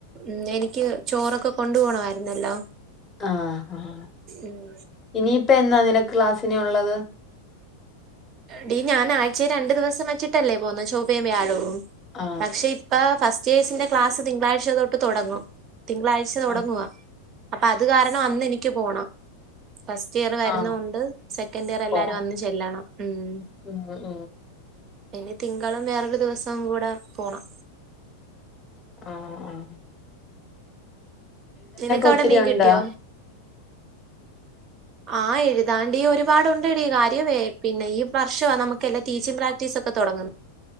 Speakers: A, on the right; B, on the left.
A: മ്മ് എനിക്ക് ചോറൊക്കെ കൊണ്ട് പോണമായിരുന്നല്ലോ?
B: ആഹ് ആഹ്
A: ഉം
B: ഇനിയിപ്പം എന്നാ നിനക്ക് ക്ലാസിനി ഉള്ളത്.
A: ഡീ ഞാൻ ആഴ്ചയിൽ രണ്ടു ദിവസം വെച്ചിട്ടല്ലേ പോന്നത്. ചൊവ്വയും, വ്യാഴവും,
B: ആ
A: പക്ഷെ ഇപ്പം. ഫസ്റ്റ് ഇയേഴ്സിന്റെ ക്ലാസ് തിങ്കളാഴ്ച തൊട്ട് തുടങ്ങും. തിങ്കളാഴ്ച തുടങ്ങുവ.
B: ആ
A: അപ്പൊ അത് കാരണം. അന്ന് എനിക്ക് പോണം. ഫസ്റ്റ് ഇയർ വരുന്ന്
B: ആ
A: ഉണ്ട് സെക്കൻഡ് ഇയർ എല്ലാരും
B: പോണം
A: അന്ന് ചെല്ലണം. ഉം
B: ഉം ഉം
A: ഇനി തിങ്കളും വേറൊരു ദിവസം കൂടെ പോണം.
B: ആഹ് ആഹ്
A: നിനക്ക് അവിടെ
B: ഒത്തിരി
A: മീൻ
B: ഉണ്ടാ
A: കിട്ടിയോ? ആഹ് എഴുതാണ്ടി ഒരുപാട്ണ്ട്ടടി. കാര്യമേ പിന്നെ ഈ വർഷമാ നമുക്ക് എല്ലാം ടീച്ചിങ് പ്രാക്ടീസ് ഒക്കെ തുടങ്ങുന്നത്.